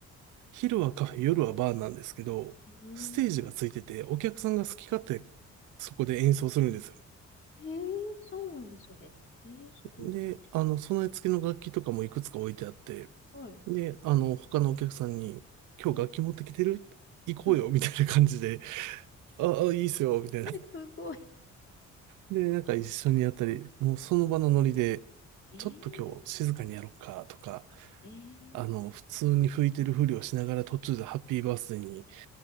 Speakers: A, on the right; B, on the left.
A: 昼はカフェ、夜はバーなんですけど、
B: うーん。
A: ステージがついてて、お客さんが好き勝手そこで演奏するんですよ。
B: へえ、そうなんですね。えー、すごい。
A: で、あの、備え付けの楽器とかもいくつか置いてあって、
B: はい。
A: で、あの、他のお客さんに、今日楽器持ってきてる行こうよ、
B: うん。うん。
A: みたいな感じで、<laughs> ああ、いいっすよ、みたいな。
B: <laughs>
A: <laughs>
B: すごい。
A: で、なんか一緒にやったり、もうその場のノリで、
B: えー、
A: ちょっと今日静かにやろうか、とか、
B: えー。
A: あの、普通に吹いてるふりをしながら途中でハッピーバースデーに、